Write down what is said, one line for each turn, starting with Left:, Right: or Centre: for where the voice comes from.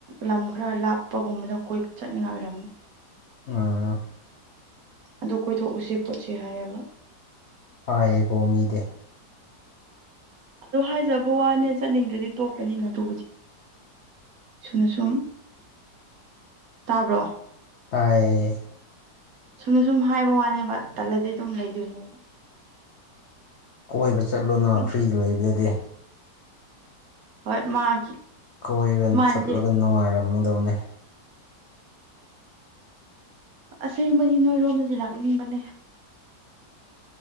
Right: ꯂꯝ ꯈꯔ ꯂꯥꯞꯄꯒꯨꯝꯕꯗ ꯀꯣꯏꯕ ꯆꯠꯅꯤꯡꯉꯥꯏ ꯑꯣꯏꯔꯝꯅꯤ
Left: ꯑꯥ
Right: ꯑꯗꯨ ꯀꯣꯏꯊꯣꯛꯎꯁꯦ ꯈꯣꯠꯁꯦ ꯍꯥꯏꯌꯦꯕ
Left: ꯄꯥꯏꯌꯦꯒꯣꯃꯤꯗ
Right: ꯑ ꯍꯥꯏꯖꯕ ꯋꯥꯅꯦ ꯆꯠꯅꯤꯡꯗ꯭ꯔꯗꯤ ꯇꯣꯛꯀꯅꯤꯅ ꯑꯗꯨꯕꯨꯗꯤ ꯁꯨꯝꯅ ꯁꯨꯝ ꯇꯥꯕ꯭ꯔꯣ
Left: ꯇꯥꯏ
Right: ꯁꯨꯝꯅ ꯁꯨꯝ ꯍꯥꯏꯕ ꯋꯥꯅꯦꯕ ꯇꯜꯂꯗꯤ ꯑꯗꯨꯝ ꯂꯩꯗꯣꯏꯅꯦꯕ
Left: ꯀꯣꯏꯕ ꯆꯠꯂꯨꯅ
Right: ꯎꯝ
Left: ꯐ꯭ꯔꯤꯗ ꯂꯩꯕꯗꯗꯤ
Right: ꯍꯣꯏ ꯃꯥꯒꯤ
Left: ꯀꯣꯏꯒ
Right: ꯃꯥꯟꯗꯦ
Left: ꯆꯠꯂꯒ ꯅꯨꯡꯉꯥꯏꯔꯝꯒꯗꯕꯅꯤ
Right: ꯑꯁꯦꯡꯕꯗꯤ ꯅꯣꯏꯔꯣꯝꯗꯗꯤ ꯂꯥꯛꯅꯤꯡꯕꯅꯦ